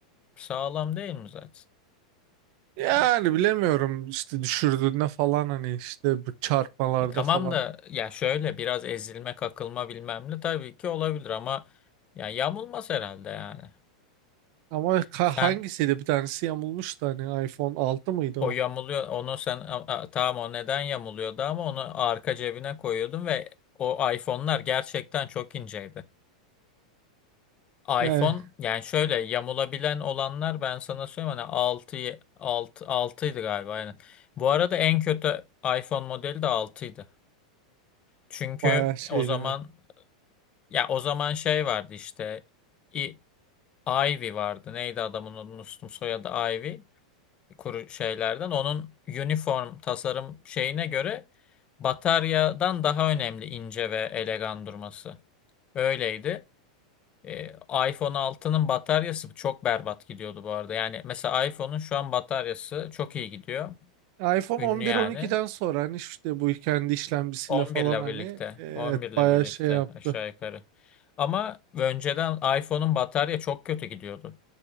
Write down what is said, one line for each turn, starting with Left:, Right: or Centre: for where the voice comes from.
Left: sağlam değil mi zaten?
Right: Yani
Left: Yani,
Right: bilemiyorum işte düşürdüğünde falan hani işte bu çarpmalarda
Left: e, tamam
Right: falan.
Left: da ya şöyle biraz ezilme kakılma bilmem ne tabii ki olabilir ama ya yamulmaz herhalde yani.
Right: Ama ka-
Left: Sen
Right: hangisiydi bir tanesi yamulmuştu hani iPhone altı mıydı o?
Left: o yamuluyor onu sen a- a- tamam o neden yamuluyordu ama onu arka cebine koyuyordun ve o iPhone'lar gerçekten çok inceydi.
Right: Yani
Left: iPhone yani şöyle yamulabilen olanlar ben sana söyleyeyim hani 6 6 altıydı galiba aynen. Bu arada en kötü iPhone modeli de altıydı Çünkü
Right: bayağı şeydi.
Left: o zaman ya o zaman şey vardı işte i, Ivy vardı. Neydi adamın adını unuttum soyadı Ivy. Kuru şeylerden. Onun uniform tasarım şeyine göre bataryadan daha önemli ince ve elegan durması. Öyleydi. E, iPhone altının bataryası çok berbat gidiyordu bu arada. Yani mesela iPhone'un şu an bataryası çok iyi gidiyor.
Right: iPhone
Left: Ünlü
Right: 11-12'den
Left: yani.
Right: sonra hani işte bu kendi işlemcisiyle
Left: 11
Right: falan
Left: ile
Right: hani
Left: birlikte.
Right: e, evet
Left: 11 ile
Right: bayağı
Left: birlikte
Right: şey yaptı.
Left: aşağı yukarı. Ama önceden iPhone'un batarya çok kötü gidiyordu.